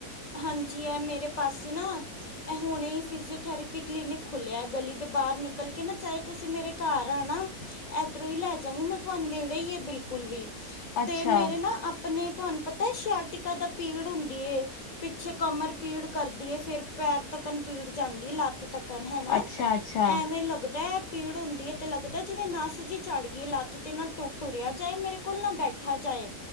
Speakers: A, on the left; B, on the left.
A: ਹਾਂਜੀ ਹੈ ਮੇਰੇ ਪਾਸੇ ਨਾ ਇਹ ਹੁਣੇ ਹੀ ਫਿਜੀਓਥੈਰੇਪੀ ਕਲੀਨਿਕ ਖੁੱਲਿਆ ਹੈ, ਗਲੀ ਦੇ ਬਾਹਰ ਨਿਕਲ ਕੇ ਨਾ ਚਾਹੇ ਤੁਸੀਂ ਮੇਰੇ ਘਰ ਆਨਾ ਇਧਰੋਂ ਹੀ ਲੈ ਜਾਗੀ, ਮੈਂ ਤੁਹਾਨੂੰ ਨੇੜੇ ਹੀ ਹੈ ਬਿਲਕੁਲ
B: ਅੱਛਾ,
A: ਤੇ ਮੇਰੇ ਨਾ ਆਪਣੇ ਤੁਹਾਨੂੰ ਪਤਾ ਹੈ, ਸ਼ਿਆਟਿਕਾ ਦਾ ਪੀੜ ਹੁੰਦੀ ਹੈ ਪਿੱਛੇ ਕਮਰ ਪੀੜ ਕਰਦੀ ਹੈ, ਫਿਰ ਪੈਰ ਤੱਕਣ ਪੀੜ ਜਾਂਦੀ ਲੱਤ ਤੱਕਣ ਹੈਨਾ
B: ਅੱਛਾ, ਅੱਛਾ,
A: ਐਵੇਂ ਲੱਗਦਾ। ਪੀੜ ਹੁੰਦੀ ਹੈ, ਤੇ ਲੱਗਦਾ ਜਿਵੇਂ ਨਾਸ ਜਿਹੀ ਚੜ ਗਈ ਏ ਲੱਤ ਤੇ ਨਾ ਟ ਤੁਰਿਆ ਜਾਏ ਮੇਰੇ ਕੋਲ ਨਾ ਬੈਠ। ਬੈਠਾ ਜਾਏ